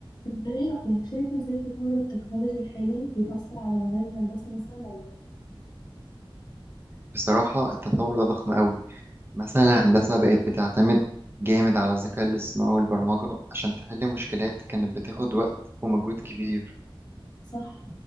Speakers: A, on the left (about 50°); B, on the right (about 25°).
A: انت ايه رأيك شايف ازاي تطور التكنولوجيا الحالي بيأثر على مجال الهندسة مثلا ولا لا
B: بصراحة التطور ده ضخم قوي مثلا الهندسة بقت بتعتمد جامد على الذكاء الاصطناعي والبرمجة عشان تحل مشكلات كانت بتاخد وقت ومجهود كبير
A: صح